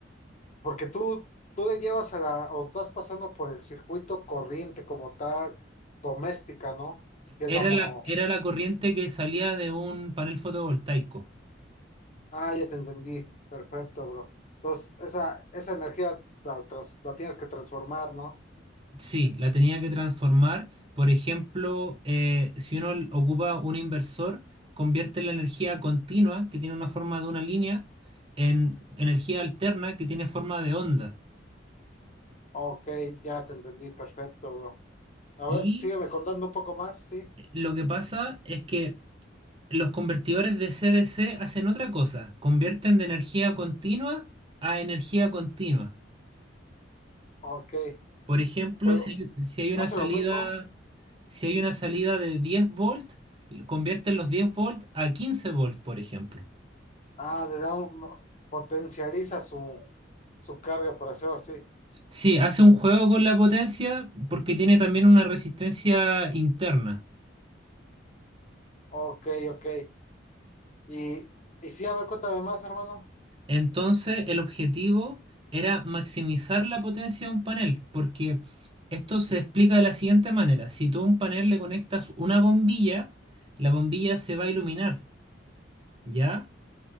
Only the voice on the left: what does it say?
Porque tú, tú le llevas a la, o tú vas pasando por el circuito corriente como tal, doméstica, ¿no? Que
es la mono,
Ah, ya te entendí. Perfecto, bro. Entonces, esa, esa energía la, trans- la tienes que transformar, ¿no?
Ok, ya te entendí. Perfecto, bro. A
ver, sígueme contando un poco más, ¿sí?
Ok.
Pero,
¿hace
lo mismo?
Ah, le da un- potencializa su, su carga, por hacerlo así.
Ok, ok. Y, y sí, a ver, cuéntame más, hermano.